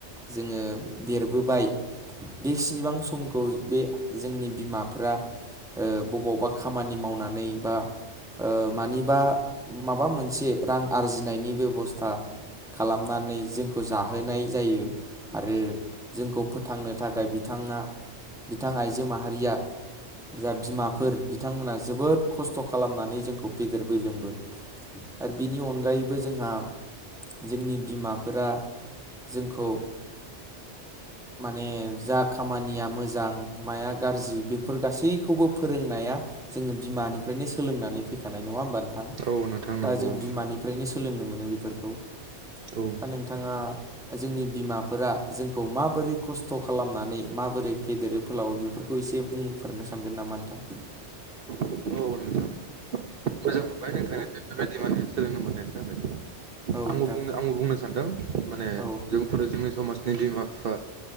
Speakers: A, in the centre; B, on the right.
A: जोङो देरबोबाय बे सिबां समखौ बे। जोंनि बिमाफोरा ओ बबावबा खामानि मावनानै बा। ओ मानिबा माबा मोनसे रां आरजिनायनि बेब'स्था। खालामनानै जोंखौ जाहोनाय जायो। आरो जोंखौ फोथांनो थाखाय बिथाङा। बिथां आइजो माहारिया जा बिमाफोर। बिथांमोना जोबोद खस्थ' खालामनानै जोंखौ फेदेरबोदोंबो। आरो बिनि अनगायैबो जोंहा जोंनि बिमाफोरा। जोंखौ ओ माने जा खामानिया मोजां। माया गाज्रि बेफोर गासैखौबो फोरोंनाया जोङो बिमानिफ्रायनो सोलोंनानै फैखानाय नङा होमबा। नोंथां
B: औ नंगौ
A: जों बिमानिफ्रायनो सोलोंनो मोनो बेफोरखौ।
B: औ
A: दा नोंथाङा जोंनि बिमाफोरा। जोंखौ माबोरै खस्थ' खालामनानै माबोरै फेदेरो फोलावो बेफोरखौ एसे बुं फोरनो सानगोन नामा नोंथां।
B: औ नोंथां मोजां मोनबाय नोंथांनि बेफोरबायदि माने सोलोंनो मोननायनि थाखाय।
A: औ
B: आंबो
A: नोंथां
B: बुंनो आंबो बुंनो सानदों माने
A: औ
B: जोंफोरो जोंनि समाजनि बिमा। फिफा